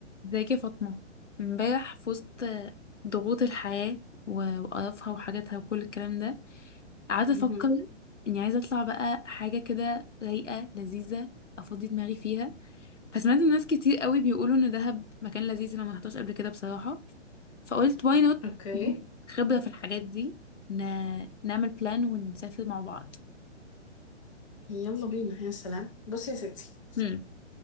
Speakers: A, on the left (about 80°); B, on the left (about 30°).
A: ازيك يا فاطمة امبارح في وسط ضغوط الحياة و- وقرفها وحاجاتها وكل الكلام ده قعدت افكر
B: مهم.
A: اني عايزة اطلع بقى حاجة كده رايقة لذيذة افضي دماغي فيها فسمعت الناس كتير قوي بيقولوا ان دهب مكان لذيذ انا ما رحتهاش قبل كده بصراحة فقلت واي نوت
B: اوكي
A: خبرة في الحاجات دي ن... نعمل بلان ونسافر مع بعض
B: يلا بينا يا سلام بصي يا ستي
A: هم